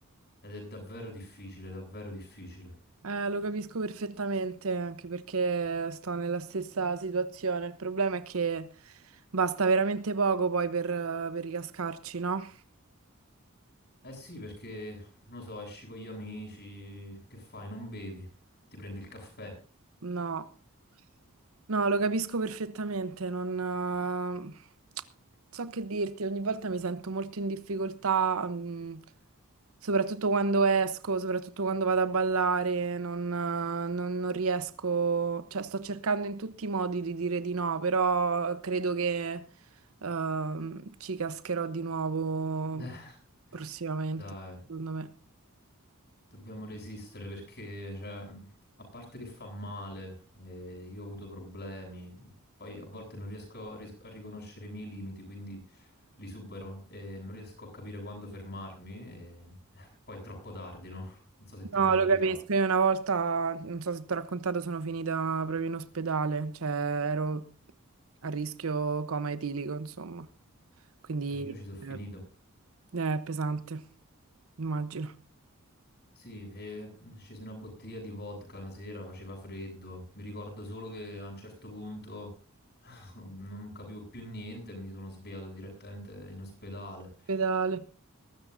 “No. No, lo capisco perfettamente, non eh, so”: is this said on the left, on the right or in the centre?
Right